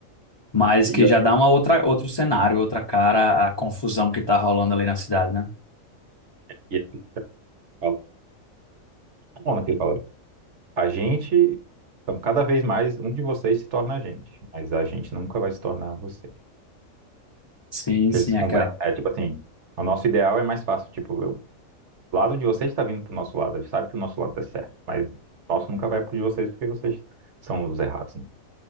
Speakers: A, on the left; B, on the right.
A: Mas
B: E
A: que
B: eu
A: já dá uma outra, outro cenário, outra cara a confusão que tá rolando ali na cidade, né?
B: e assim, fala, bom, naquele fala, a gente, então, cada vez mais um de vocês se torna a gente, mas a gente nunca vai se tornar você.
A: Sim,
B: que
A: sim,
B: eles conversam.
A: aquela.
B: É tipo assim, o nosso ideal é mais fácil. Tipo, eu- o lado de vocês está vindo pro nosso lado. a gente sabe que o nosso lado é certo, mas o nosso nunca vai pro de vocês porque vocês são os errados, né?